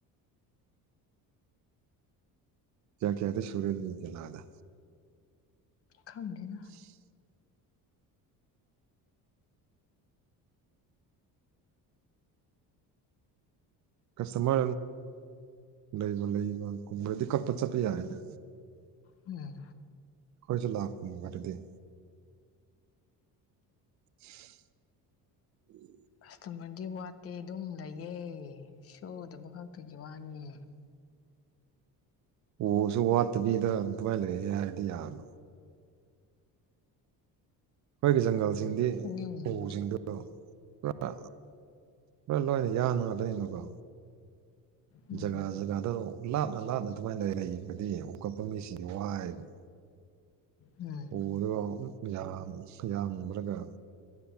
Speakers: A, on the right; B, on the left.
A: ꯀꯌꯥ ꯀꯌꯥꯗ ꯁꯨꯔꯦ ꯑꯗꯨꯗꯤ ꯄꯦꯂꯥꯗ
B: ꯈꯪꯗꯦꯗ
A: <inaudible> ꯀꯁꯇꯃ꯭ꯔ ꯂꯩꯕꯨ ꯂꯩꯕ ꯀꯨꯝꯔꯗꯤ ꯀꯛꯄ ꯆꯠꯄ ꯌꯥꯏꯅ
B: ꯍꯨꯝ
A: ꯑꯩꯈꯣꯏꯁꯨ ꯂꯥꯛ <unintelligible> ꯑꯗꯨꯗꯤ <inaudible>
B: ꯑꯗꯨꯒꯨꯝꯕꯗꯤ ꯋꯥꯠꯇꯦ ꯑꯗꯨꯝ ꯂꯩꯌꯦ ꯁꯨꯗꯕ ꯈꯛꯇꯒꯤ ꯋꯥꯅꯤ
A: ꯑꯣꯁꯨ ꯋꯥꯠꯇꯕꯤꯗ ꯑꯗꯨꯃꯥꯏ ꯂꯩꯌꯦ ꯍꯥꯏꯕꯗꯤ ꯌꯥꯕ ꯑꯩꯈꯣꯏꯒꯤ ꯖꯪꯒꯜꯁꯤꯡꯗꯤ
B: ꯁꯨꯅꯤꯡꯉꯤꯗꯤ
A: ꯎꯁꯤꯡꯗꯨ ꯑꯣ ꯄꯨꯔꯥ ꯄꯨꯔꯥ ꯂꯣꯏꯅ ꯌꯥꯟꯕ ꯉꯥꯛꯇꯅꯤꯅꯀꯣ
B: ꯎꯝ
A: ꯖꯒꯥ ꯖꯒꯥꯗꯣ ꯂꯥꯞꯅ ꯂꯥꯞꯅ ꯑꯗꯨꯃꯥꯏꯅ ꯂꯩꯕꯗꯤ ꯎꯀꯛꯄ ꯃꯤꯁꯤꯡꯗꯤ ꯋꯥꯏꯌꯦꯕ <inaudible>
B: ꯎꯝ
A: ꯎꯗꯣ ꯌꯥꯝ ꯌꯥꯝꯔꯒ